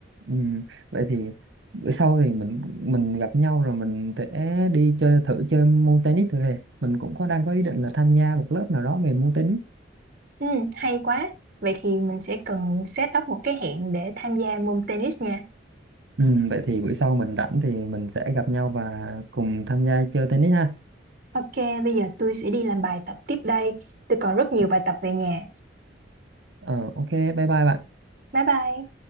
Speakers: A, on the right (about 75°); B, on the right (about 50°).
A: ừ. Vậy thì bữa sau thì mình mình gặp nhau rồi mình sẽ đi chơi thử chơi môn tennis thử hè mình cũng có đang có ý định là tham gia một lớp nào đó về môn tennis
B: Ừm, hay quá. Vậy thì mình sẽ cần set up một cái hẹn để tham gia môn tennis nha.
A: ừ. Vậy thì bữa sau mình rảnh thì mình sẽ gặp nhau và cùng tham gia chơi tennis ha
B: Ok, bây giờ tôi sẽ đi làm bài tập tiếp đây. Tôi còn rất nhiều bài tập về nhà.
A: ờ, ok bye bye bạn
B: Bye bye.